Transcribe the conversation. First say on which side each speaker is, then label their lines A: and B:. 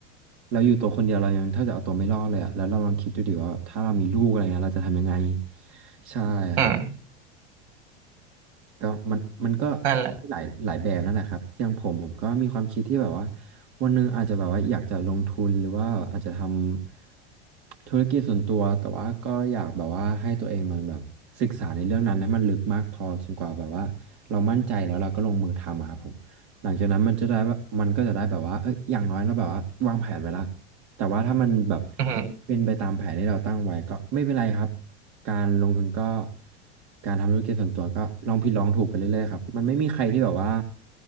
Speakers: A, on the right (about 55°); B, on the right (about 75°).
A: เราอยู่ตัวคนเดียวเรายังถ้าจะเอาตัวไม่รอดเลยอ่ะแล้วเราลองคิดดูดิว่าถ้าเรามีลูกอะไรเงี้ยเราจะทำยังไงใช่ครับ
B: อืม
A: ก็มันมันก็
B: นั่นแหละ
A: หลายหลายแบบนั่นแหละครับอย่างผมผมก็มีความคิดที่แบบว่าวันหนึ่งอาจจะแบบว่าอยากจะลงทุนหรือว่าอาจจะทำธุรกิจส่วนตัวแต่ว่าก็อยากแบบว่าให้ตัวเองมันแบบศึกษาในเรื่องนั้นให้มันลึกมากพอจนกว่าแบบว่าเรามั่นใจแล้วเราก็ลงมือทำอะครับผมหลังจากนั้นมันจะได้แบบมันก็จะได้แบบว่าเอ้ยอย่างน้อยเราแบบว่าวางแผนไว้ละ แต่ว่าถ้ามันแบบ
B: อือหือ
A: เป็นไปตามแผนที่เราตั้งไว้ก็ไม่เป็นไรครับการลงทุนก็การทำธุรกิจส่วนตัวก็ลองผิดลองถูกไปเรื่อยๆครับมันไม่มีใครที่แบบว่า